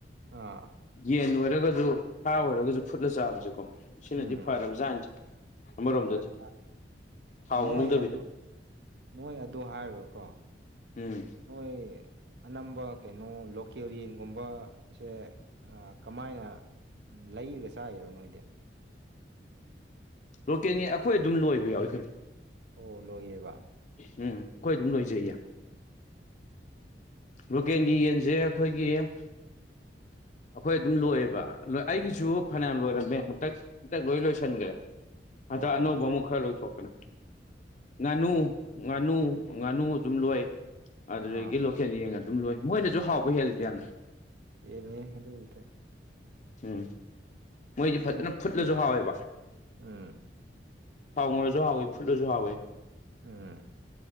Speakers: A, on the right (about 65°); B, on the left (about 45°).
A: ꯑꯥ
B: ꯌꯦꯟ ꯑꯣꯏꯔꯒꯁꯨ ꯁꯥ ꯑꯣꯏꯔꯒꯁꯨ ꯐꯨꯠꯂ ꯆꯥꯕꯁꯦꯀꯣ ꯁꯤꯅꯗꯤ
A: ꯎꯝ
B: ꯐꯔꯕꯖꯥꯠꯅꯤ ꯑꯃꯔꯣꯝꯗꯗꯤ
A: ꯃꯥꯅꯦ
B: ꯊꯥꯎ
A: ꯅꯣꯏ
B: ꯉꯧꯗꯕꯤꯗ
A: ꯑꯗꯨ ꯅꯣꯏ ꯑꯗꯨ ꯍꯥꯏꯔꯀꯣ
B: ꯎꯝ
A: ꯅꯣꯏ ꯑꯅꯝꯕ ꯀꯩꯅꯣ ꯂꯣꯀꯦꯟ ꯌꯦꯟꯒꯨꯝꯕꯁꯦ ꯀꯃꯥꯏꯅ ꯎꯝ ꯂꯩꯔꯒ ꯆꯥꯢꯔꯣ ꯅꯣꯏꯗꯤ
B: ꯂꯣꯀꯦꯟ ꯌꯦꯟ ꯑꯩꯈꯣꯏ ꯑꯗꯨꯝ ꯂꯣꯏꯕ ꯌꯥꯎꯋꯤ ꯀꯩꯅꯣ
A: ꯑꯣ ꯂꯣꯢꯌꯦꯕ
B: ꯎꯝ ꯑꯩꯈꯣꯏ ꯑꯗꯨꯝ ꯂꯣꯏꯖꯩꯌꯦ ꯂꯣꯀꯦꯜꯒꯤ ꯌꯦꯟꯁꯦ ꯑꯩꯈꯣꯏꯒꯤ ꯑꯩꯈꯣꯏ ꯑꯗꯨꯝ ꯂꯣꯏꯑꯦꯕ ꯑꯩꯒꯤꯁꯨ ꯐꯅꯌꯥꯝ ꯂꯣꯏꯔꯝꯃꯦ ꯍꯟꯇꯛ ꯍꯟꯇꯛ ꯂꯣꯏ ꯂꯣꯏꯁꯟꯈ꯭ꯔꯦ
A: ꯑꯣ
B: ꯍꯥꯟꯗꯛ ꯑꯅꯥꯎꯕ ꯑꯃꯨꯝ ꯈꯔ ꯂꯣꯢꯊꯣꯛꯈꯔꯦ ꯉꯥꯅꯨ ꯉꯥꯅꯨ ꯉꯥꯅꯨ ꯑꯗꯨꯝ ꯂꯣꯏ ꯑꯗꯨꯗꯒꯤ
A: ꯑꯥ
B: ꯂꯣ ꯂꯣꯀꯦꯟ ꯌꯦꯡ ꯑꯗꯨꯝ ꯂꯣꯏ ꯃꯣꯏꯅꯁꯨ ꯍꯥꯎꯕ ꯍꯦꯜꯂꯤꯗ ꯌꯥꯝ
A: ꯌꯦꯟꯂꯦ ꯑꯗꯨꯕꯨꯗꯤ
B: ꯎꯝ ꯃꯣꯏꯗꯤ
A: ꯊꯤꯅ
B: ꯐꯖꯅ ꯐꯨꯠꯂꯁꯨ
A: ꯍꯦꯟꯕꯖꯥꯠꯅꯤ
B: ꯍꯥꯎꯋꯦꯕ
A: ꯎꯝ
B: ꯊꯥꯎꯉꯔꯁꯨ ꯍꯥꯎꯏꯤ ꯐꯨꯠꯂꯁꯨ ꯍꯥꯎꯏꯤ
A: ꯎꯝ